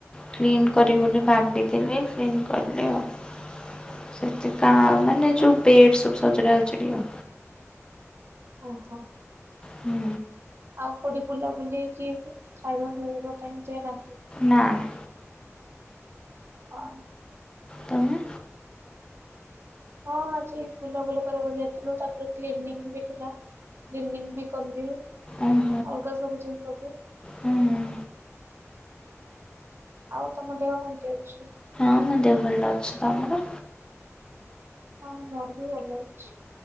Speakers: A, on the left; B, on the right.
A: କ୍ଲିନ୍ କରି ବୋଲି ଭାବିଥିଲି କ୍ଲିନ୍ କରିଲି ଆଉ ସେ କଣ ମାନେ ଯୋଉ ବେ ସବ ସଜଡି ଆଉ।
B: ଓହୋ।
A: ହୁଁ।
B: ଆଉ କୋଉଠି ବୁଲା ବୁଲିକି ଖାଇବା ପିଇବା ପାଇଁ ଯାଇ ନାହାନ୍ତି?
A: ନା ନା।
B: ହଁ।
A: ତମେ?
B: ହଁ ଆଜି ବୁଲାବୁଲ କରିବାକୁ ଯାଇଥିଲୁ ତାପରେ କ୍ଲିିନ୍ ବି ଥିଲା। କନି ବି କଲି ଅଲଗା
A: ଓହୋ
B: ସବୁ ଜିନିଷ ବି
A: ହୁଁ ହୁଁ।
B: ଆଉ ତମ ଦେହ କେମତି ଅଛି?
A: ହଁ ମୋ ଦେହ ଭଲ ଅଛି ତମର?
B: ହଁ ମୋର ବି ଭଲ ଅଛି।